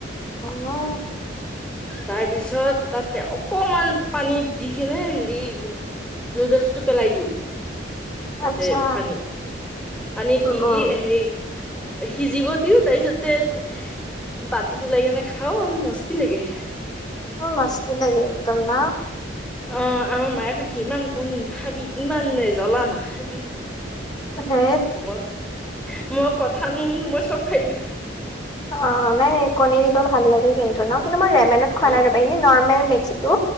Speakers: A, on the left; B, in the centre.
A: অ অ
B: তাৰ পিছত তাতে অকমান পানী দি কেনে হেৰি উ নুডলছটো পেলাই দিওঁ তাতে
A: আচ্ছা
B: পানীত পানীত
A: উম
B: দি
A: উম
B: দি হেৰি সিজিব দিও তাৰপিছত বাতিতলাই কিনে খাও মস্তি লাগে
A: উ মছদাগে তম ন
B: অ আমাৰ মায়োক ইমান কণী নাখাবি ইমান জ্বলা নাখাবি
A: হে
B: মই মই কথা নুশুনো মই চব খাই দিওঁ
A: অ নাই কণী দিব ভাল লাগে কিন্তু ন কিন্তু মই ৰেমনত
B: অ',
A: খোৱা নাই ৰবা এনেই নৰ্মেল মিক্স টো